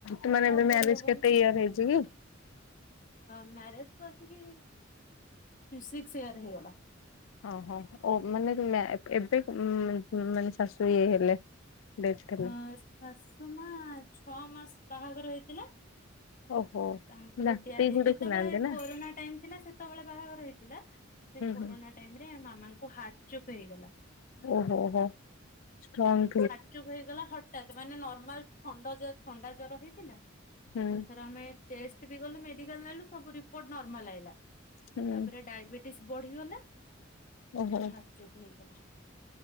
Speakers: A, on the left (about 75°); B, on the left (about 40°).
A: ତୁ ମାନେ
B: ତ ଆଉ
A: ଏବେ
B: କରିହବନି
A: ମ୍ୟାରେଜ କେତେ
B: ନା।
A: ଇୟର ହେଇଛି କି?
B: ମ୍ୟାରେଜ କୁ ଆସିକି ସିକ୍ସ ଇୟର ହେଇଗଲା।
A: ଓହୋ ମାନେ ଏବେ ମାନେ ଶାଶୁ ଇଏ ହେଲେ। ଡେଥ୍ ହେଲେ।
B: ଅ ଶାଶୁ ମା ଛଅ ମାସ ବାହାଘର ହେଇଥିଲା
A: ଓହୋ
B: ତାଙ୍କର
A: ନା ସ୍ତ୍ରୀକୁ
B: ଡ୍ୟା ଯେତେବେଳେ
A: ଦେଖିନାହାନ୍ତି ନା
B: କୋରୋନା ଟାଇମ ଥିଲା ସେତେବେଳେ ବାହାଘର ହେଇଥିଲା। ସେ
A: ହୁଁ
B: କୋରୋନା
A: ହୁଁ
B: ଟାଇମରେ ମାମାଙ୍କୁ ହାର୍ଟଚୋକ୍ ହେଇଗଲା।
A: ଓହୋ ଷ୍ଟ୍ରନ
B: ହାର୍ଟ ଚୋକ୍ ହେଇଗଲା ହଠାତ୍ ମାନେ ନର୍ମାଲ ଥଣ୍ଡ ଜ ଥଣ୍ଡା ଜର ହେଇଥିଲା।
A: ହୁଁ
B: ଦିଥର ଆମେ ଟେଷ୍ଟ ବି କଲୁ ମେଡିକାଲ ନେଲୁ ସବୁ ରିପୋଟ ନର୍ମାଲ ଆଇଲା।
A: ହୁଁ
B: ତାପରେ ଡାଇବେଟିସ ବଢିଗଲା
A: ଓହୋ
B: ହାର୍ଟଚୋକ୍ ହେଇଗଲା।